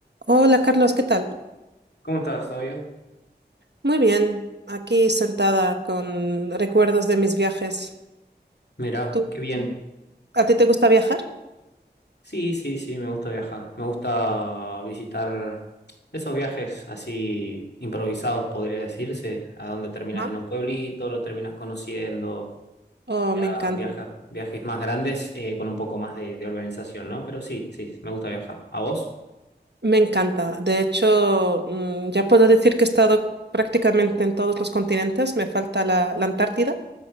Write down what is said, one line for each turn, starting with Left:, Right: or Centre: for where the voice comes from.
Right: Hola Carlos, ¿qué tal?
Left: ¿Cómo estás? ¿Todo bien?
Right: Muy bien, aquí sentada con recuerdos de mis viajes.
Left: Mirá,
Right: ¿Tú,
Left: qué bien.
Right: a ti te gusta viajar?
Left: Sí, sí, sí, me gusta viajar. Me gusta visitar esos viajes así improvisados, podría decirse, a donde terminas
Right: Ajá.
Left: en un pueblito, lo terminas conociendo,
Right: Oh,
Left: ya
Right: me encanta.
Left: viajas, viajes más grandes eh, con un poco más de, de organización, ¿no? Pero sí, sí, me gusta viajar. ¿A vos?
Right: Me encanta. De hecho, mm, ya puedo decir que he estado prácticamente en todos los continentes. Me falta la, la Antártida